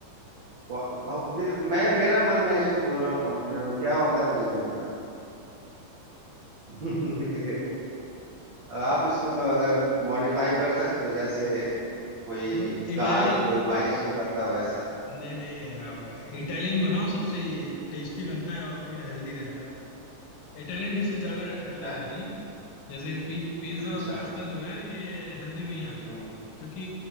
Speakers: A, on the right (about 45°); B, on the left (about 80°).
A: को- बहुत- मैं मेरा मन मैं इसको बोल रहा हूँ कॉन्टिनेंटल क्या होता है मुझे नहीं पता <laughs> आप
B: तो
A: इसको अगर मॉडिफाई कर सकते हो जैसे कोई
B: देखो इटालियन
A: कार को बाइक्स को करता हो वैसा
B: नहीं नहीं अब इटालियन बनाओ सबसे टेस्टी बनता है और थोड़ा हेल्दी रहता है इटालियन डिशेज ज्यादा
A: निपटा
B: हेल्दी रहती
A: ले
B: हैं जैसे पी, पिज्जा
A: अच्छा
B: और पास्ता जो है ये हेल्दी में ही आता
A: हम्म
B: है क्योंकि